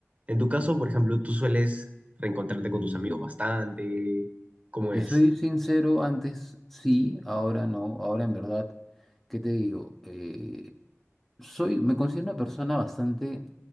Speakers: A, on the right; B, in the centre.
A: En tu caso, por ejemplo, tú sueles reencontrarte
B: Mm,
A: con tus amigos bastante, ¿cómo
B: te
A: es?
B: soy
A: <laughs>
B: sincero, antes sí, ahora no, ahora en verdad, ¿qué te digo? Eh, soy, me considero una persona bastante